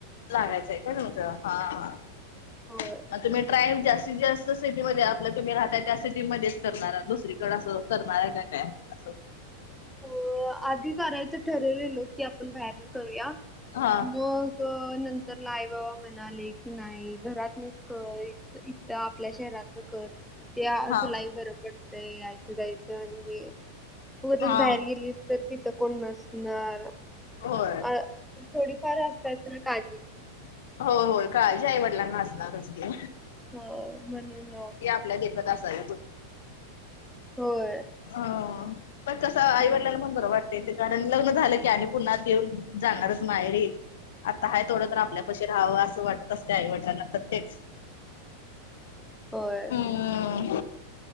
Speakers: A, on the left (about 55°); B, in the centre.
A: लागायचं आहे का हा हा.
B: होय
A: तुम्ही ट्राईम जास्तीत जास्त सेटीमध्ये आपलं तुम्ही राहताय त्या सेटमध्येच करणार दुसरी. थोडास करणार आहे का काय असं.
B: अ आधी करायचं ठरवलेलंो की आपण बाहेरन करूया
A: हा
B: मग. नंतरला आई बाबा म्हणाले की नाही घरात नस कर इत आपल्या शहरात. न कर ते
A: हा
B: तुलाही बरं पडतंय यायचं जायचं आणि. उगचच
A: हा
B: बाहेर गेलीस तर तिथं कोण नसणार.
A: होय.
B: अ थोडीफार असतयेत ना काजी.
A: हो हो काळजी आईवडलांना असणारचते.
B: ह म्हणून.
A: देत असल.
B: होय.
A: हो पण कस आईवडला.
B: हम्म.
A: बरं वाटते ते कारण लग्न झालं की आणि पुन्हा येऊन जाणारच मायरी. आता आहे थोडं तर आपल्या कशी राहावं असं वाटत असते आईवडिलांना प्रत्येच.
B: होय.
A: हम्